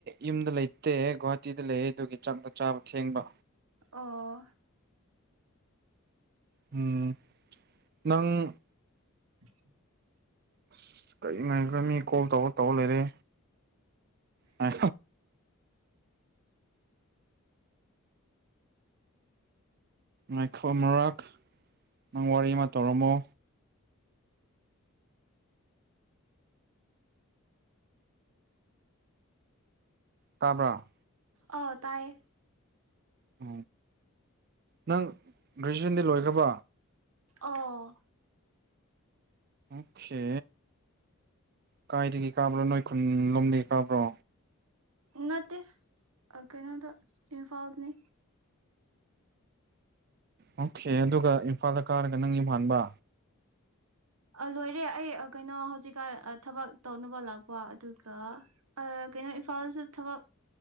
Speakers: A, on the right (about 45°); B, on the right (about 85°).
A: ꯌꯨꯝꯗ ꯂꯩꯇꯦ ꯒꯨꯍꯥꯇꯤꯗ ꯂꯩ ꯑꯗꯨꯒꯤ ꯆꯥꯛꯗꯣ ꯆꯥꯕ ꯊꯦꯡꯕ
B: ꯑꯣ
A: ꯎꯝ ꯅꯪ
B: <inaudible>
A: ꯑꯁ ꯀꯔꯤ ꯉꯥꯏꯈ꯭ꯔꯃꯤ ꯀꯣꯜ ꯇꯧꯔ ꯇꯧꯔ ꯂꯩꯔꯦ ꯑ ꯉꯥꯏꯈ ꯃꯔꯔꯛ ꯅꯪ ꯋꯥꯔꯤ ꯑꯃ ꯇꯧꯔꯝꯃꯣ ꯇꯥꯕ꯭ꯔꯥ
B: ꯑ ꯇꯥꯏꯌꯦ
A: ꯎ ꯅꯪ ꯒ꯭ꯔꯦꯖꯨꯋꯦꯁꯟꯗꯤ ꯂꯣꯏꯈ꯭ꯔꯕ
B: ꯑꯣ
A: ꯑꯣꯁꯦ ꯀꯥꯏꯗꯒꯤ ꯀꯥꯕ꯭ꯔꯣ ꯅꯣꯏ ꯈꯨꯨꯟꯂꯣꯝꯗꯒꯤ ꯀꯥꯕ꯭ꯔꯣ
B: ꯉꯠꯇꯦ ꯀꯩꯅꯣꯗ ꯏꯝꯐꯥꯜꯅꯤ
A: ꯑꯣꯀꯦ ꯑꯗꯨꯒ ꯏꯝꯐꯥꯜꯗ ꯀꯥꯔꯒ ꯅꯪ ꯌ ꯍꯥꯟꯕ
B: ꯂꯣꯏꯔꯦ ꯑꯩ ꯀꯩꯅꯣ ꯍꯧꯖꯤꯛꯀꯥꯟ ꯊꯕꯛ ꯇꯧꯅꯕ ꯂꯥꯛꯄ ꯑꯗꯨꯒ ꯀꯩꯅꯣ ꯏꯝꯐꯥꯜꯗꯁꯨ ꯊꯕꯛ